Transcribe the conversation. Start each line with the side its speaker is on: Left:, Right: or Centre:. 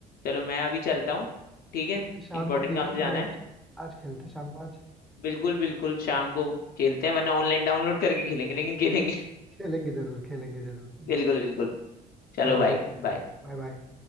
Left: चलो मैं अभी चलता हूँ ठीक है
Centre: अगर शाम
Left: इंपॉर्टेंट
Centre: को फ्री हो
Left: काम
Centre: ना
Left: से जाना
Centre: तो फिर आज
Left: है
Centre: आज खेलते हैं शाम को आज
Left: बिल्कुल बिल्कुल शाम को खेलते हैं वरना ऑनलाइन डाउनलोड करके खेलेंगे लेकिन खेलेंगे <laughs>
Centre: खेलेंगे जरूर खेलेंगे जरूर ठीक
Left: बिल्कुल
Centre: है।
Left: बिल्कुल चलो
Centre: चलो
Left: भाई
Centre: ठीक
Left: बाय
Centre: है बाय बाय